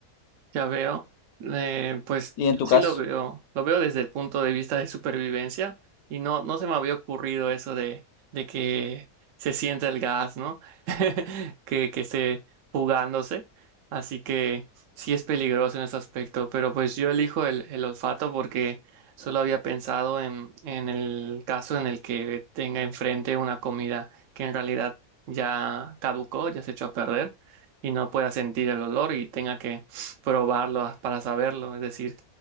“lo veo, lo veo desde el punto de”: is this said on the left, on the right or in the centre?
Right